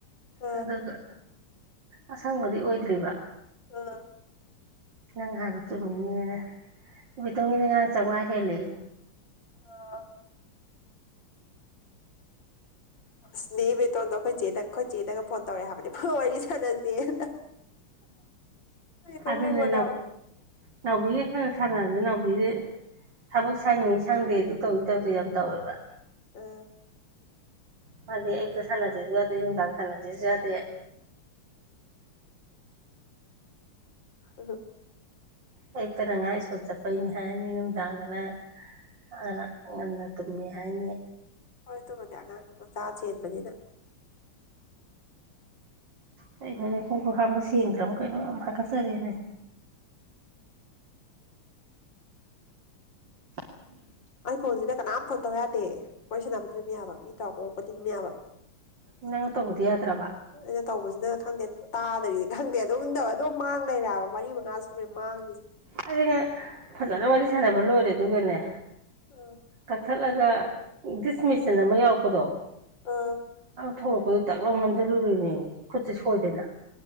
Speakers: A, on the left; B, on the right.
A: ꯑꯥ
B: ꯑꯗꯨꯒ ꯑꯁꯪꯕꯗꯤ ꯑꯣꯏꯗ꯭ꯔꯤꯕ
A: ꯑꯥ
B: ꯅꯪ ꯍꯥꯏꯗꯣ ꯆꯨꯝꯃꯤꯅꯦꯅ ꯏ ꯇꯣꯒꯤ ꯉ ꯅꯪ ꯆꯥꯃꯉꯥ ꯍꯦꯜꯂꯛ
A: ꯑꯥ
B: ꯎ
A: ꯑꯁꯗꯤ ꯕꯦꯇꯣꯟꯗꯣ ꯑꯩꯈꯣꯏ ꯆꯦꯗ ꯑꯩꯈꯣꯏ ꯆꯦꯗꯒ ꯐꯣꯟ ꯇꯧꯔꯑꯦ ꯍꯥꯏꯕꯅꯤ ꯐꯣꯏ ꯋꯥꯔꯤ ꯁꯥꯟꯅꯁꯦꯅ ꯑꯩ ꯅꯣꯛꯅꯤꯡꯕꯅ
B: ꯑꯗꯨꯅꯦ ꯅꯎꯕꯤ ꯈ ꯁꯥꯟꯅ ꯑꯗꯨ ꯅꯥꯎꯕꯤꯗꯤ ꯊꯕꯛ ꯁꯪꯉꯤ ꯁꯪꯗꯦ ꯑꯗꯨ ꯇꯧꯏꯤ ꯇꯧꯗꯦ ꯌꯥꯝ ꯇꯧꯋꯦꯕ
A: ꯇ
B: ꯐꯗꯦ ꯑꯌꯛꯇ ꯁꯥꯟꯅꯁꯤꯦꯁꯨ ꯌꯥꯗꯦ ꯅꯨꯡꯗꯥꯡ ꯁꯥꯟꯅꯁꯤꯦꯁꯨ ꯌꯥꯗꯦ <inaudible>
A: ꯑ <unintelligible>
B: ꯑꯌꯨꯛꯇꯅ ꯑꯉꯥꯡ ꯏꯁ꯭ꯀꯨꯜ ꯆꯠꯄꯩꯅꯤ ꯍꯥꯏꯅꯤ ꯅꯨꯡꯗꯥꯡꯗꯅ ꯑꯥ ꯉꯟꯅ ꯇꯨꯝꯃꯦ ꯍꯥꯏꯅꯤ
A: ꯍꯣꯏ ꯑꯗꯨꯕꯨꯗꯤ ꯑꯉꯥꯡ ꯃꯆꯥ ꯆꯦꯟꯕꯅꯤꯅ
B: ꯀꯩꯅꯣꯅꯦ ꯈꯣꯡꯈꯨꯠ ꯍꯥꯝꯕ ꯁꯦꯡꯗ꯭ꯔꯕ ꯀꯩꯅꯣ ꯌꯥꯝ ꯍꯥꯀꯠꯆꯔꯦꯅꯦ <inaudible> <inaudible>
A: ꯑꯩ ꯐꯣꯟꯁꯤꯗ ꯀꯅꯥꯝ ꯐꯣꯟ ꯇꯧ ꯌꯥꯗꯦ ꯋꯥꯔꯤ ꯁꯥꯟꯅꯕꯗꯤ ꯑꯗꯨꯝ ꯌꯥꯕ ꯃꯤ ꯇꯧꯔ ꯀꯣꯛꯄꯗꯤ ꯑꯗꯨꯝ ꯌꯥꯕ
B: ꯅꯪꯅ ꯇꯧꯕꯗꯤ ꯌꯥꯗ꯭ꯔꯕ
A: ꯑꯩꯅ ꯇꯧꯕꯁꯤꯅ ꯈꯪꯗꯦ ꯑꯗꯨꯝ ꯇꯥꯔꯤꯅ‌ꯦ ꯈꯪꯗꯦ ꯑꯗꯨꯝ ꯇꯧꯔꯕꯥ ꯑꯗꯨꯝ ꯃꯥꯡ ꯂꯩꯔꯕ ꯃꯔꯤ ꯃꯉꯥ ꯁꯨꯨꯔꯃꯤ ꯃꯥꯡꯂꯤꯁꯦ
B: ꯑꯩꯗꯤꯅ‌ꯦ ꯐꯖꯅ ꯋꯥꯔꯤ ꯁꯥꯟꯅꯕ ꯂꯣꯏꯔꯦ ꯑꯗꯨꯒꯅꯦ
A: ꯑꯥ
B: ꯀꯛꯊꯠꯂꯒ ꯗꯤꯁ ꯃꯦꯁꯟ ꯑꯃ ꯌꯥꯎꯔꯛꯄꯗꯣ
A: ꯑꯥ
B: ꯊꯣꯛꯂꯛꯄꯗꯨ ꯇꯥꯛ ꯂꯧꯎ ꯅꯝꯁꯤꯜꯂꯨꯔꯤꯅꯦꯃꯤ ꯈꯨꯠꯁꯦ ꯁꯣꯏꯗꯅ